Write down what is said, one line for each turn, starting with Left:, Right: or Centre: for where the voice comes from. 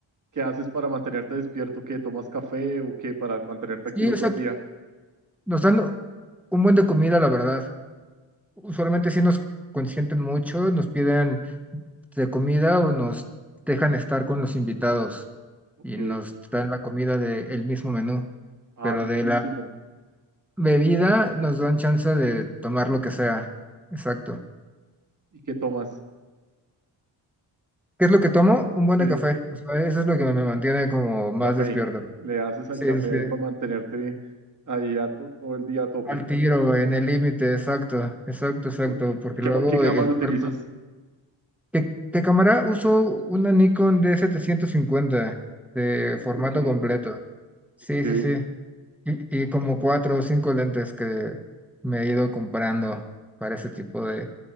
Right: ¿Qué haces para mantenerte despierto? ¿Qué tomas café o qué para mantenerte activo
Centre: sí, o
Right: todo
Centre: sea,
Right: el día?
Centre: nos dan un buen de comida, la verdad. Usualmente sí nos consienten mucho, nos piden de comida o nos dejan estar con los invitados
Right: Ok.
Centre: y nos dan la comida del mismo menú,
Right: Ah,
Centre: pero
Right: riquísimo.
Centre: de la bebida nos dan chance de tomar lo que sea. Exacto.
Right: ¿Y qué tomas?
Centre: ¿Qué es lo que tomo? Un buen
Right: Sí,
Centre: de café. O sea, eso es lo que me mantiene como más
Right: café.
Centre: despierto.
Right: Le haces al
Centre: Sí,
Right: café
Centre: sí. sí.
Right: ahí para mantenerte ahí a to- todo el día a tope.
Centre: Al tiro, en el límite, exacto, exacto, exacto,
Right: Ok.
Centre: porque
Right: ¿Y qué,
Centre: luego
Right: ma- qué cámara
Centre: el
Right: utilizas?
Centre: cuerpo... ¿Qué, qué cámara? Uso una Nikon d setecientos cincuenta de formato
Right: Ok,
Centre: completo. Sí,
Right: ok.
Centre: sí, sí. Y, y como cuatro o cinco lentes que me he ido comprando para ese tipo de